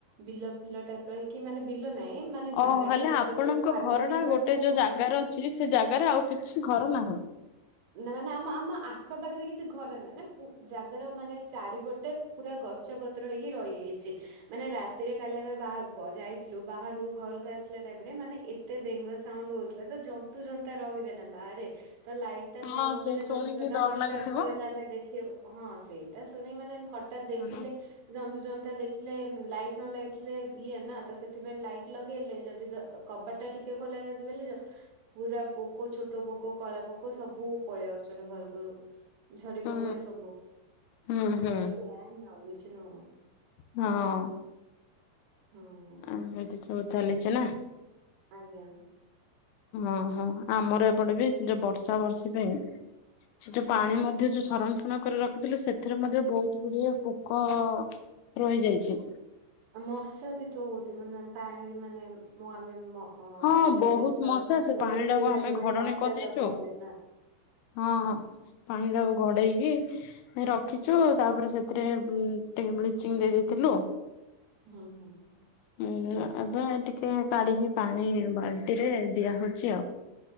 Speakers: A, on the right; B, on the left.
A: ବିଲ ଫିଲ ଟାଇପ ର ହେଇକି ମାନେ ବିଲ ନାହିଁ ମାନେ
B: ଓ
A: ଜାଗାଟା
B: ହେଲେ
A: କିନ୍ତୁ
B: ଆପଣଙ୍କ
A: ଏବେ ଖାଲି
B: ଘର
A: ଥିବାକୁ
B: ଟା ଗୋଟେ ଯୋଉ ଜାଗାର ଅଛି ସେ ଜାଗାରେ ଆଉ କିଛି ଘର ନାହିଁ।
A: ନା ମାନେ ଆମ ଆମ ଆଖ ପାାଖରେ କିଛି ଘରେ ମାନେ ଜାଗାର ମାନେ ଚାରିପଟେ ପୁରା ଗଛ ପତ୍ର ହେଇକି ରହିଯାଇଛି। ମାନେ ରାତିରେ କାଲି ଆମେ ବା- ଯାଇଥିଲୁ ବାହାରକୁ ଘରକୁ ଆସିଲା ଟାଇ ମାନେ ଏତେ ବେଙ୍ଗ ସାଉଣ୍ଡ ହଉଥିଲା ତ ଜନ୍ତୁ ଜତା ରହିବେ ନା ବାହାରେ ତ ଲାଇଟ୍ ନ
B: ହଁ
A: ଲଗେଇଲେ
B: ସେ ଶୁଣିକି
A: ଜନ୍ତୁ ଜଟା
B: ଡର
A: ହଠାାତ
B: ଲାଗିଥିବ।
A: ପଳେଇଲେ ଆମେ ଦେଖେଇ ହଁ ସେଇଟା ଶୁଣି ମାନେ ହଠାତ ଦେଖିଲେ
B: ହୁଁ
A: ଜନ୍ତୁ ଜନ୍ତୁ ଦେଖିଲେ ଲାଇଟ ନ ଲାଇଥିଲେ ଇଏ ନା ତ ସେଥିପାଇଁ ଲାଇଟ ଲଗେଇଲେ ଯଦି କବାଟ ଟା ଟିକେ ଖୋଲା ହେଇଛି ବୋଲି ପୁରା ପୋକ ଛୋଟ ପୋକ କଳା ପୋକ ସବୁ ପଳେଇଆ ଆସୁଛନ୍ତି ଘରକୁ ଝଡି
B: ହୁଁ
A: ପକ ଏ ସବୁ
B: ହୁଁ ହୁଁ
A: ତ ସେଆ ଆଉ କିଛି ନୁଅ।
B: ହଁ।
A: ହଁ।
B: ଏମତି ସବୁ ଚାଲିଛି ନା?
A: ଆଜ୍ଞା।
B: ଓହୋ ଆମର ଏପଟେ ବି ସେ ଯୋଉ ବର୍ଷା ବର୍ଷୀ ପାଇଁ ସେ ଯୋଉ ପାଣି ମଧ୍ୟ ଯୋଉ ସଂରଫଣ କରି ରଖିଥିଲୁ ସେଥିରେ ମଧ୍ୟ ବହୁତ ଗୁଡିଏ ପୋକ ରହିଯାଇଛି।
A: ମଶା ବି ତ ହଉଛି ମାନେ ପାଣିରେ ମାନେ ମୁଁ ଆମେ
B: ହଁ
A: ପାଣି ଟାକୁ
B: ବହୁତ
A: ଯଦି ସରସ
B: ମଶା ସେ
A: ନଥ
B: ପାଣି ଟାକୁ
A: ସେଇ
B: ଆମେ
A: ଜାଗାରୁ
B: ଘଡଣୀ
A: ହିଁ ମଶା
B: କରିଦେଇଛୁ
A: ଜନ୍ମ ହୁଏ ନା।
B: ହଁ ପାଣି ଟାକୁ ଘଡେଇକି ରଖିଛୁ ତାପରେ ସେଥିରେ ଟିକେ ବ୍ଲିଚିଂ ଦେଇ ଦେଇେଇଥିଲୁ।
A: ହୁଁ ହୁଁ ହୁଁ।
B: ହୁଁ ଏବେ ଟିକ କଡିକି ପାଣି ବାଲ୍ଟି ରେ ଦିଆ ହଉଛି ଆଉ